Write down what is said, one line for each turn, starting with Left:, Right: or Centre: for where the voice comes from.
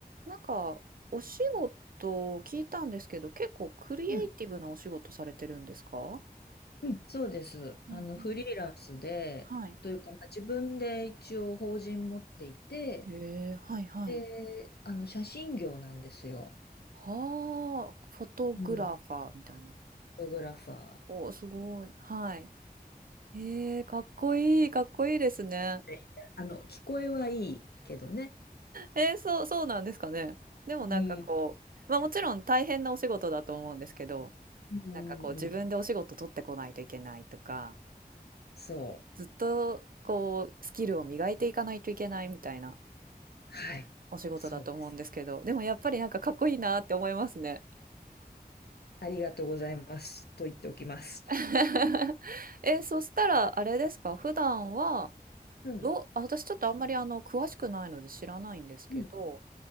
Right: なんか、お仕事を聞いたんですけど、結構クリエイティブなお仕事されてるんですか
Left: うん、うんそうです。
Right: うんうん。
Left: あの、フリーランスで、
Right: はい。
Left: というか、まあ自分で一応法人持っていて、
Right: へえ、はいはい。
Left: で、あの、写真業なんですよ。
Right: はあ、フォトグラファーみたいな。
Left: うん。フォトグラファー。
Right: おー、すごい。はい。ええ、かっこいい、かっこいいですね。
Left: であの、聞こえはいいけどね。
Right: えー、そう、そうなんですかね。でもなんかこう、
Left: うん。
Right: まあもちろん大変なお仕事だと思うんですけど、
Left: うん、
Right: なんかこう自分でお仕事取ってこないといけないとか、
Left: うんそ
Right: ずっとこうスキルを磨いていかないといけないみたいな
Left: う。はい。
Right: お仕事だと思うんですけど、
Left: そうです。
Right: でもやっぱりなんかかっこいいなって思いますね。
Left: ありがとうございます。と言っておきます。
Right: <laughs> え、そしたらあれですか、普段は、
Left: うん。
Right: どあ、私ちょっとあんまりあの詳しくないので知らないんですけど、
Left: うん。